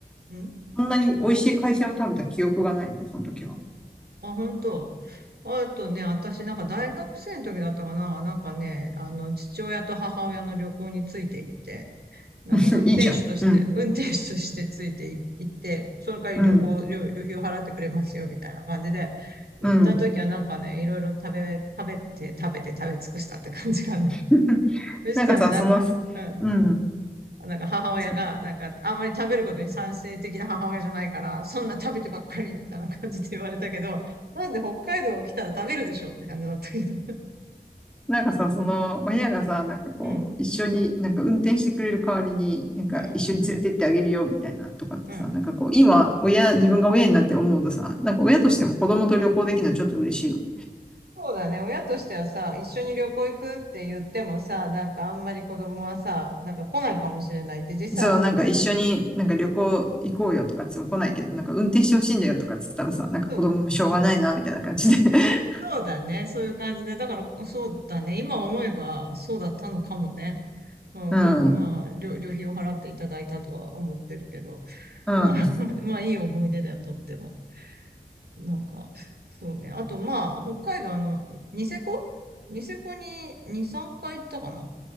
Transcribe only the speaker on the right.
うん
あ、本当。あとね、私なんか大学生の時だったかな。なんかね、あの、父親と母親の旅行について行って、なんか運転手として、
運転手としてついてい行って、その代わり旅行、
旅、旅費を払ってくれますよ、みたいな感じで、行った時はなんかね、
いろいろ食べ、食べて、食べて、食べ尽くしたって感じかな。
<laughs> そしたらなんか、
うん、
なんか母親が、
なんか、あんまり食べることに賛成的な母親じゃないから、そんな食べてばっかり、みたいな感じで言われたけど、なんで北海道来たら食べるでしょうって感じだったけど。
うん、
うん、
うん。
そうだね。親としてはさ、一緒に旅行行くって言ってもさ、なんかあんまり子供はさ、なんか来ないかもしれないって実際思
う。うん
そうだね。そういう感じで。だから、そうだね。今思えば、そうだったのかもね。うん、
こ、まあ、旅、旅費を払っていただいたとは思ってるけど。
まあ、<laughs> まあ、いい思い出だよ、とっても。なんか、そうね。あと、まあ、北海道、あの、ニセコニセコに2、3回行ったかな。